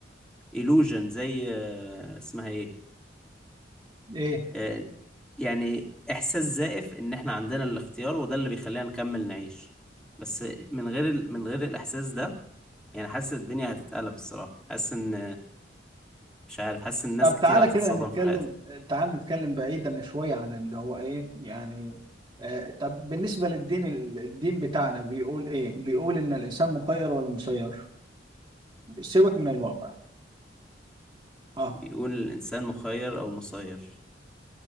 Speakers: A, in the centre; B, on the right.
A: illusion زي آه، اسمها ايه
B: ايه
A: آه، يعني إحساس زائف إن إحنا عندنا الاختيار وده اللي بيخلينا نكمل نعيش بس من غير ال... من غير الإحساس ده يعني حاسس الدنيا هتتقلب الصراحة حاسس إن مش عارف حاسس إن ناس
B: طب
A: كتير
B: تعالى
A: هتتصدم
B: كده نتكلم
A: في حياتها
B: تعال نتكلم بعيدا شويه عن اللي هو ايه يعني آه... طب بالنسبه للدين ال- الدين بتاعنا بيقول ايه بيقول ان الانسان مخير ولا مسير سيبك من الواقع اه
A: بيقول الإنسان مخير أو مسير